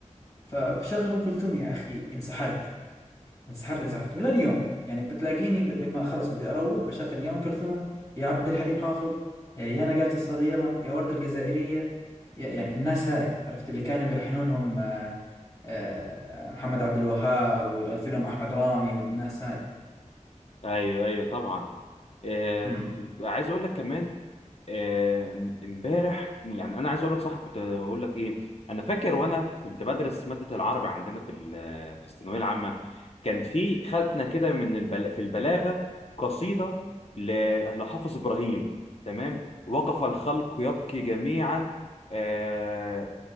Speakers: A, on the left (about 25°); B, on the left (about 50°).
A: فبشغل أم كلثوم يا أخي انسحرت انسحرت انسحرت ولا اليوم يعني بتلاقيني ب- لما خلص بدي اروق بشغل يا ام كلثوم يا عبد الحليم حافظ آه، يا نجاة الصغيرة يا وردة الجزائرية يا- يعني الناس هاي عرفت اللي كانوا بيلحنونهم آه، آه، محمد عبد الوهاب والفيلم احمد رامي والناس هاي
B: ايوه ايوه طبعا آه
A: امم
B: عايز اقول لك كمان آه، امبارح يعني انا عايز اقول لك صح كنت اقول لك ايه انا فاكر وانا كنت بدرس ماده العربي عندنا في ال- في الثانويه العامه كان في خدنا كده من البل... في البلاغه قصيده ل... لحافظ ابراهيم تمام وقف الخلق يبكي جميعا آه